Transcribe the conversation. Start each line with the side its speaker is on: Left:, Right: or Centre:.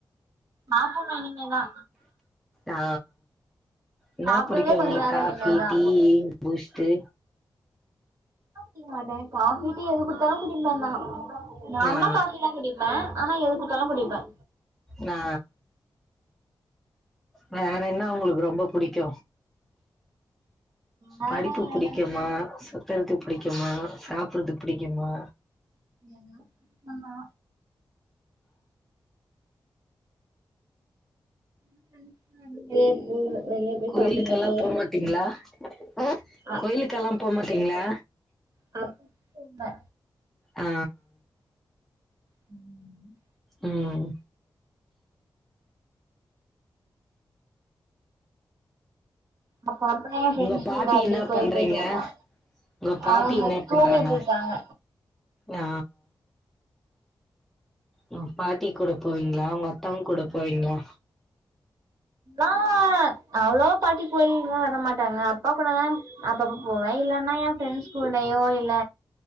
Right: சாப்புன்னு இனிமேதா
Centre: ஆ என்னா
Right: சாப்ட்டதே
Centre: புடிக்கு
Right: கொஞ்ச
Centre: உங்ளுக்கு
Right: நேரோ
Centre: காபி
Right: முன்னதா
Centre: டீயி பூஸ்ட்டு
Right: <unintelligible> மாட்டே காஃபி டீ எது குடுத்தாலு குடிப்பந்தா நார்மலா
Centre: ஆ
Right: காபி தா குடிப் ப்ப அனா எது குட்த்தாலு குடிப்ப
Centre: நா வேற என்ன உங்களுக்கு ரொம்ப புடிக்கு
Right: வேற
Centre: படிப்பு
Right: என்ன
Centre: புடிக்குமா சுத்துறது புடிக்குமா சாப்பட்றது புடிக்குமா
Right: எல்லா புடிக்குந்தா <unintelligible>
Centre: கோயிலுக்கல்லா
Right: சாப்புட்றது
Centre: போமாட்டிங்களா <unintelligible>
Right: அ
Centre: கோயிலுக்கல்லா போமாட்டீங்களா
Right: ஹலோ
Centre: ஆ
Right: ம்
Centre: ம்
Right: அப்ப அப்ப எ ஃப்ரெண்ட்ஸ்
Centre: உங்க பாட்டி
Right: கூட அப்டியே
Centre: என்ன
Right: கோயில்
Centre: பண்றீங்க
Right: போயிட்டு வருவோ
Centre: உங்க பாட்டி
Right: அவங்க
Centre: என்ன
Right: தூங்கிட்டு
Centre: பண்றாங்கோ
Right: இருக்காங்க
Centre: ஆ உங் பாட்டி கூட போவீங்களா உ டா கூட போவீங்களா
Right: ஆ அவ்ளவா பாட்டி கோயில்கெல்லா வர மாட்டாங்க அப்பா கூட தா அப்ப அப்ப போவ இல்லன்னா எ ஃப்ரெண்ட்ஸ் கூடயோ இல்ல